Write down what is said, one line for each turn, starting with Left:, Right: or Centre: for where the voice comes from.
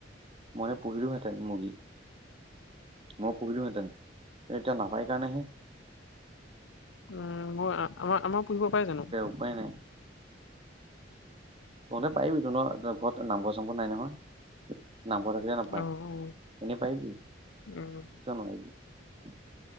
Right: মই পুহিলোহেঁতেন মুৰ্গী। মই পুহিলোহেঁতেন এতিয়া নাপায় কাৰণেহে।
Left: উম, মই আমাৰ আমাৰ পুহিব পাই জানো?
Right: উপাই নাই। তহঁতে পাৰিবি তহঁতৰ ঘৰত নামঘৰ চামঘৰ নাই নহয়। নামঘৰ থাকিলে নাপায়
Left: অ অ
Right: এনেই পাৰিবি। কিয়
Left: উম
Right: নোৱাৰিবি।